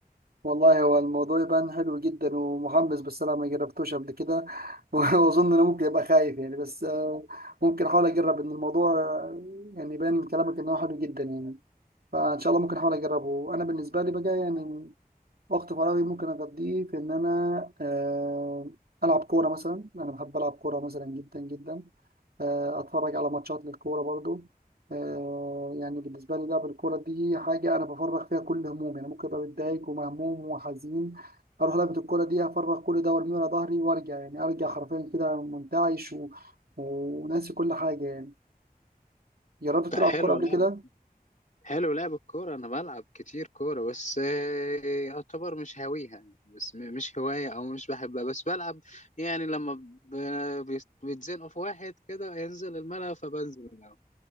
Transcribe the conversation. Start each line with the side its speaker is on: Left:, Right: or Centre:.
Right: والله هو الموضوع يبان حلو جدا ومحمس بس انا ما جربتوش قبل كده <laughs> واظن انا ممكن ابقى خايف يعني بس آه، ممكن احاول اجرب ان الموضوع آه، يعني يبان من كلامك ان هو حلو جدا يعني فان شاء الله ممكن احاول اجربه انا بالنسبه لي بقى يعني وقت فراغي ممكن اقضيه في ان انا آه، العب كوره مثلا انا بحب العب كوره مثلا جدا جدا آه، اتفرج على ماتشات للكوره برضو آه، يعني بالنسبه لي لعب الكوره دي حاجه انا بفرغ فيها كل همومي انا ممكن ابقى متضايق ومهموم وحزين اروح لعبه الكوره دي افرغ كل ده وارميه على ظهري وارجع يعني ارجع حرفيا كده منتعش و... وناسي كل حاجه يعني جربت
Left: ده
Right: تلعب
Left: حلو
Right: كوره قبل
Left: لعب
Right: كده
Left: حلو لعب الكوره انا بلعب كتير كوره بس آه، يعتبر مش هاويها يعني، بس م- مش هوايه او مش بحبها بس بلعب يعني لما ب- بيت- بيتزنقوا في واحد كده ينزل الملعب فبنزل الملعب